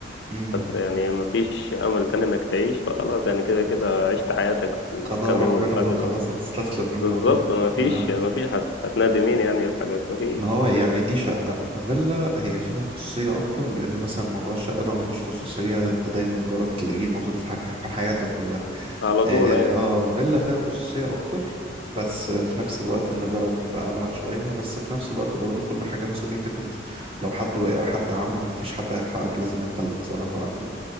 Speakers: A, on the right; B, on the left.
A: مم،
B: فت- يعني ما فيش امل تاني انك تعيش فخلاص يعني كده كده عشت حياتك في
A: قضاء
B: الكام
A: ربنا
B: يوم اللي فاتوا
A: بقى
B: ده
A: خلاص هتستسلم للموضوع
B: بالظبط ما فيش
A: آه،
B: ما فيش هت- هتنادي مين يعني يلحقك ما فيش
A: ما هو يعني دي شقة فيلا هي فيها خصوصية أكتر لأن مثلا موضوع الشقة ده ما فيهوش خصوصية أنت دايما جارك تلاقيه ناطط في حاجة في حياتك كلها
B: على طول
A: اه
B: يعني
A: آه، فيلا فيها خصوصية أكتر بس في نفس الوقت ان جارك بيبقى ابعد شويه بس في نفس الوقت برضو كل حاجه مسؤوليتك انت لو حد وقع حد عمل مفيش حد هيلحقك لازم انت اللي تتصرف على طول